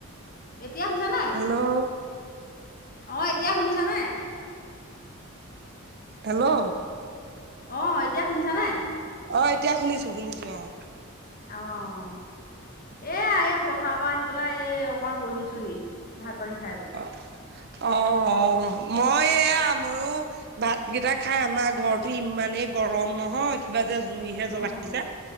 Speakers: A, on the left; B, on the right.
A: এতিয়া শুনিছানে,
B: হেল্ল'
A: অঁ, এতিয়া শুনিছা নে?
B: হেল্ল'
A: অঁ এতিয়া শুনিছা নে?
B: অঁ, এতিয়া শুনিছো শুনিছো অঁ,
A: অঁ, এ এই পথাৰ পৰা আহি পেলাই এই অকমান বহিছো হি, ভাত পানী খায়,
B: অঁ, অঁ, মই এয়া ময়ো? ভাতকেইটা খাই আমাৰ ঘৰতটো ইমানেই গৰম নহয়, কিবাতা জুইহে জ্বলাইছিলে
A: অঁ